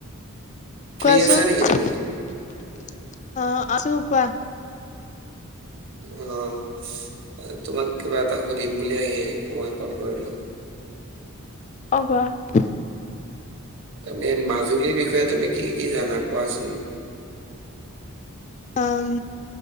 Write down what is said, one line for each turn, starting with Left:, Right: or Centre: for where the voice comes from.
Right: ফ্ৰী
Left: কোৱাচোন
Right: আছা নেকি তুমি?
Left: অ', আছো কোৱা।
Right: অ', এ তোমাক কিবা এটা সুধিম বুলি আহি মই কল কৰিলো।
Left: অ কোৱাহ
Right: তুমি মাজুলীৰ বিষয়ে তুমি কি কি জানা কোৱাচোন
Left: আম